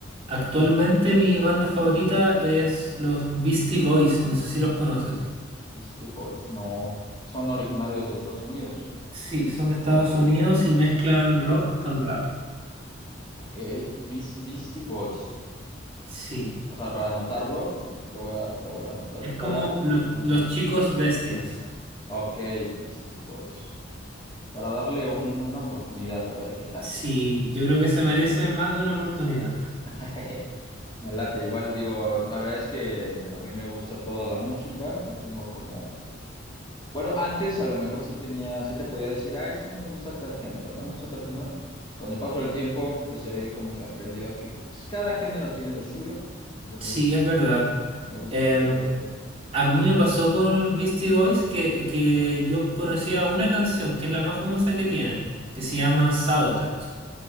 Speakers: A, on the right; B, on the left.
A: actualmente mi banda favorita es los Beastie Boys, no sé si los conoces.
B: Beastie Boys, no. Son originarios de Estados Unidos.
A: Sí, son de Estados Unidos y mezclan rock con rap.
B: Ok. Beas- Beastie Boys.
A: Sí,
B: O sea, para anotarlo, lo voy a, lo voy a anotar
A: es
B: para
A: como los,
B: darle una.
A: los chicos bestias.
B: Ok, Beastie Boys. Para darle un- una oportunidad, a ver qué tal.
A: Sí, yo creo que se merecen más de una oportunidad.
B: <laughs> Me late, igual digo, la verdad es que a mí me gusta toda la música, no tengo como... Bueno, antes a lo mejor sí tenía, sí te podía decir, ah, es que no me gusta tal género, no me gusta tal género. Con el paso del tiempo, pues he como que aprendido a que pues, cada género tiene lo suyo, entonces
A: Sí, es verdad.
B: me gusta
A: Em,
B: escuchar de todo.
A: A mí me pasó con los Beastie Boys que, que yo conocía una canción, que es la más famosa que tienen, que se llama Sabotage.